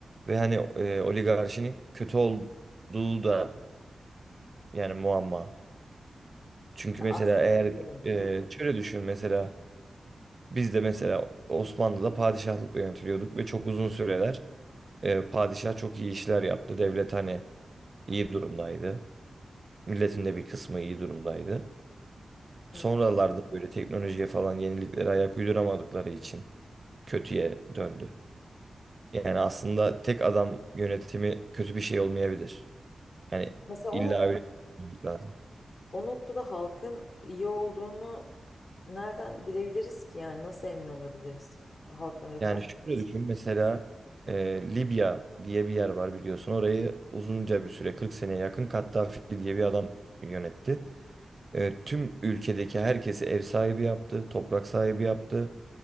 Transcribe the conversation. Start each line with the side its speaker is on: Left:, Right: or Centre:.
Right: Ve hani e, oligarşinin kötü olduğu da yani muamma. Çünkü mesela
Left: Aslında
Right: eğer
Left: biliyorum.
Right: e, şöyle düşün mesela biz de mesela Osmanlı'da padişahlıkla yönetiliyorduk ve çok uzun süreler e, padişah çok iyi işler yaptı. Devlet hani iyi durumdaydı. Milletin de bir kısmı iyi durumdaydı.
Left: Hı.
Right: Sonralarda böyle teknolojiye falan yeniliklere ayak uyduramadıkları için kötüye döndü. Yani aslında tek adam yönetimi kötü bir şey olmayabilir. Yani
Left: Mesela
Right: illa
Left: onu
Right: öyle düşünmek lazım.
Left: O noktada halkın iyi olduğunu nereden bilebiliriz ki yani nasıl emin olabiliriz halkın refah
Right: Yani şöyle
Left: seviyesi?
Right: düşün mesela e, Libya diye bir yer var biliyorsun. Orayı uzunca bir süre 40 seneye yakın Kaddafi diye bir adam yönetti. E, tüm ülkedeki herkesi ev sahibi yaptı, toprak sahibi yaptı.